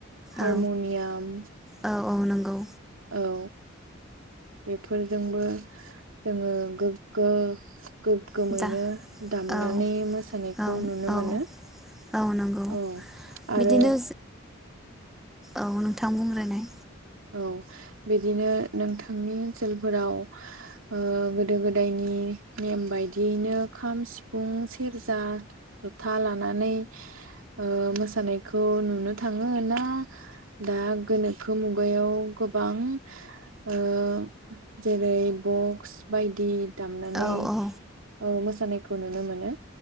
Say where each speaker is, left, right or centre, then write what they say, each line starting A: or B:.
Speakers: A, on the right (about 80°); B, in the centre.
A: हारमनियाम,
B: औ औ औ नंगौ
A: औ बेफोरजोंबो जोङो गोग्गो गोग्गोमैनो
B: दा
A: दामनानै
B: औ
A: मोसानायखौ
B: औ
A: नुनो
B: औ
A: मोनो
B: औ नंगौ
A: औ
B: बिदिनो
A: आरो
B: औ नोंथां बुंग्रोनाय।
A: औ बिदिनो नोंथांनि ओनसोलफोराव ओ गोदो गोदायनि नेम बायदियैनो खाम सिफुं सेरजा जथा लानानै ओ मोसानायखौ नुनो थाङो ना दा गोनोखो मुग मुगायाव गोबां ओ जेरै बक्स बायदि दामनानै
B: औ औ
A: ओ मोसानायखौ नुनो मोनो?